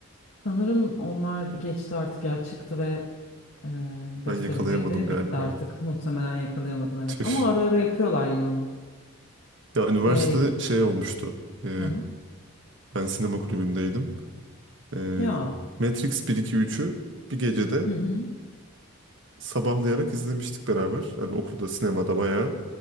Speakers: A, on the left (about 70°); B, on the right (about 55°).
A: Sanırım onlar geçti artık ya çıktı ve e, gösterimdeydi.
B: Ben yakalayamadım galiba.
A: Bitti artık. Muhtemelen yakalayamadın
B: Tüh.
A: evet. Ama ara ara yapıyorlar yine onu.
B: Ya üniversitede
A: E,
B: şey olmuştu. E,
A: Evet.
B: ben sinema kulübündeydim. E,
A: Ya.
B: Matrix bir 2 üçü bir gecede
A: Hı hı.
B: sabahlayarak izlemiştik beraber. Yani okulda sinemada bayağı.